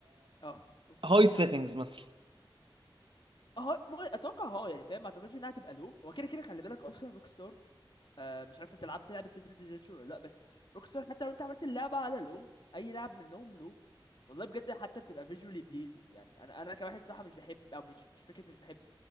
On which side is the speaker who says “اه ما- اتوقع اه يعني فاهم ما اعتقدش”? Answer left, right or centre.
Left